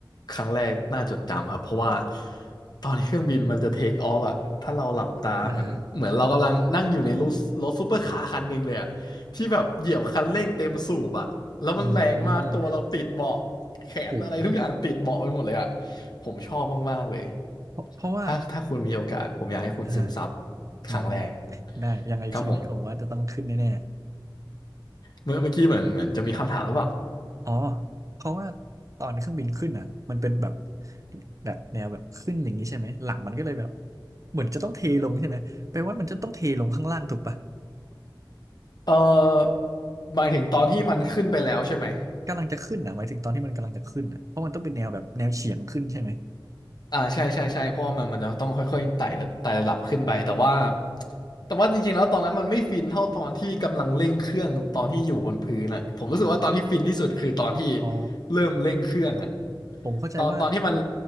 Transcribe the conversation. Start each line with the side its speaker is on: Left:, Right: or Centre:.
Left: ครั้งแรกน่าจดจำครับเพราะว่าตอนที่เครื่องบินมันจะเทคออฟอะถ้าเราหลับตาเหมือนเหมือนเรากำลังนั่งอยู่ในรถรถซูเปอร์คาร์คันหนึ่งเลยอะที่แบบเหยียบคันเร่งเต็มสูบอะแล้วมันแรงมากตัวเราติดเบาะแขนอะไรทุกอย่างติดเบาะไปหมดเลยอะ
Right: อ่าฮะอืมโห
Left: ผมชอบมากๆเลย
Right: เพราะเพราะว่า
Left: ถ้าถ้าคุณมีโอกาสผมอยากให้คุณซึมซับ
Right: อ่าฮะอืม
Left: ครั้งแรก
Right: ได้ยังไงชีวิตนี้ผมว่าจะต้องขึ้นแน่
Left: ครับผมเมื่อเมื่อกี้เหมือนเหมือนจะมีคำถามหรือเปล่า
Right: ๆอ๋อเพราะว่าตอนเครื่องบินขึ้นอ่ะมันเป็นแบบแบบแนวแบบขึ้นอย่างนี้ใช่ไหมหลังมันก็เลยแบบเหมือนจะต้องเทลงใช่ไหมแปลว่ามันจะต้องเทลงข้างล่างถูกปะ
Left: เออหมายถึงตอนที่มันขึ้นไปแล้วใช่ไหม
Right: กำลังจะขึ้นอ่ะหมายถึงตอนที่มันกำลังจะขึ้นอ่ะเพราะมันต้องเป็นแนวแบบแนวเฉียงขึ้นใช่ไหม
Left: อ่าใช่ใช่ใช่เพราะว่ามันมันจะต้องค่อยๆไต่ระไต่ระดับขึ้นไปแต่ว่าแต่ว่าจริงๆแล้วตอนนั้นมันไม่ฟินเท่าตอนที่กำลังเร่งเครื่องตอนที่อยู่บนพื้นอ่ะผมรู้สึกว่าตอนที่ฟินที่สุดคือตอนที่
Right: อ๋อ
Left: เริ่มเร่งเครื่องอ่ะ
Right: ผมเข้าใจว่า
Left: ตอนตอนที่มัน